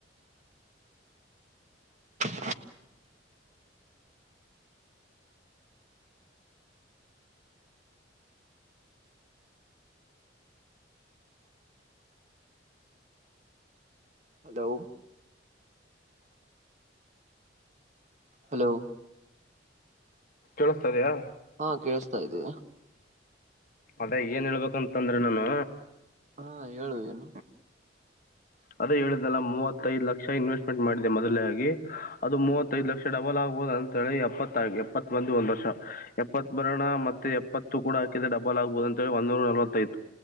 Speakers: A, on the right; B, on the left.
A: ಹ ಅಲೋ ಹಲೋ
B: ಕೇಳ್ತದೆಯಾ
A: ಹಾ ಕೇಳಿಸತಾ ಇದ್ದೀಿ
B: ಅದೇ ಏನ್ ಹೇಳ್ಬೇಕಂತಂದ್ರೆ ನಾನು
A: ಹಾ ಹೇಳುವ ಏನು
B: ಅದೇ ಹೇಳಿದ್ಲ್ಲ ಮೂವತ್ತೈದ ಲಕ್ಷ ಇನ್ವೆಸ್ಟ್ಮೆಂಟ್ ಮಾಡಿದೆ ಮೊದಲೇ ಆಗಿ ಅದು ಮೂವತ್ತೈದು ಲಕ್ಷ ಡಬಲ್ ಆಗ್ಬಹದ ಳ ಎಪ್ಪತ್ತ ಎಪ್ಪತ್ ಮಂದಿ ಒಂದ್ ವರ್ಷ ಎಪ್ಪತ್ ಬರಣ ಮತ್ತೆ ಎಪ್ಪತ್ತು ಕೂಡ ಡಬಲ್ ಆಗ್ಬಹುದು ಅಂತೇಳಿ ಒಂದೂರ ನಲವತ್ತೈು